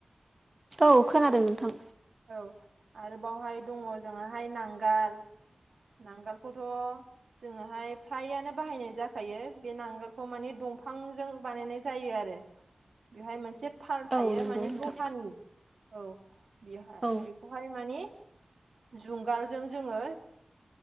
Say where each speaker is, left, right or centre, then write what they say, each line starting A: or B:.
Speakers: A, on the right; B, on the right.
A: औ खोनादों नोंथां।
B: औ आरोबावहाय दङ' जोंहाहाय नांगाल। नांगोलखौथ'। जोङोहाय फ्रायानो बाहायनाय जाखायो बे नांगोलखौ माने दंफांजों बानायनाय। जायो आरो बेहाय मोनसे फाल थायो
A: औ नंगौ
B: मानि
A: नोंथां
B: लहानि। औ बेहाय
A: औ
B: बेखौहाय माने जुंगालजों जोङो।